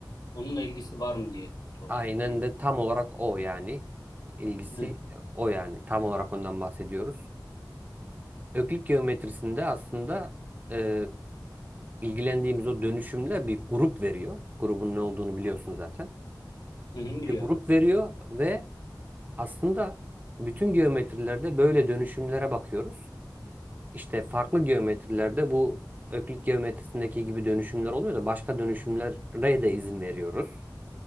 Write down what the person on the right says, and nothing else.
Aynen
de tam olarak o yani. İlgisi
o yani. Tam olarak ondan bahsediyoruz. Öklit geometrisinde aslında e, ilgilendiğimiz o dönüşümler bir grup veriyor. Grubun ne olduğunu biliyorsun zaten.
Bir grup veriyor ve aslında bütün geometrilerde böyle dönüşümlere bakıyoruz. İşte farklı geometrilerde bu Öklit geometrisindeki gibi dönüşümler olmuyor da başka dönüşümlere de izin veriyoruz.